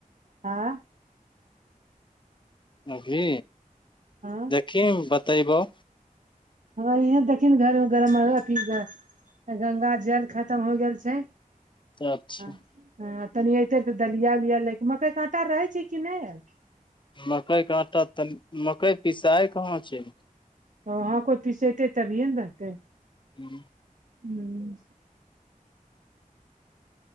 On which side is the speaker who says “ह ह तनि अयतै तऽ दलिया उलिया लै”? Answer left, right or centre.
Right